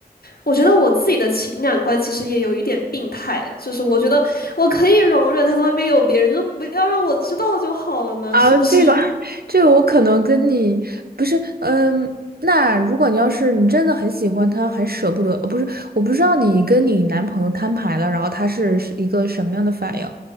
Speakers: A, on the left; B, on the right.
A: 我觉得我自己的情感观其实也有一点病态，就是我觉得我可以容忍他在外面有别人，就是不要让我知道就好了嘛，
B: 啊，
A: 是不是？
B: 这个
A: <laughs>
B: <laughs>，这个我可能跟你不是，嗯，那如果你要是你真的很喜欢他，很舍不得，呃不是，我不知道你跟你男朋友摊牌了，然后他是是一个什么样的反应？